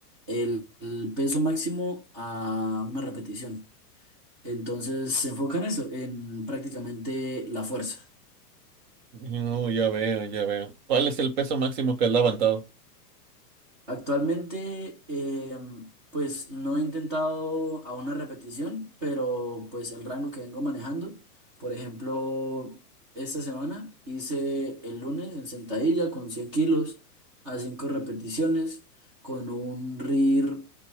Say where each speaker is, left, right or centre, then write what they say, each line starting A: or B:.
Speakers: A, on the right; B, on the right.
A: el, el peso máximo a una repetición. Entonces se enfoca en eso, en prácticamente la fuerza.
B: No, ya veo, ya veo. ¿Cuál es el peso máximo que has levantado?
A: Actualmente, eh, pues no he intentado a una repetición, pero pues el rango que vengo manejando, por ejemplo, esta semana hice el lunes en sentadilla con 100 kilos a 5 repeticiones con un RIR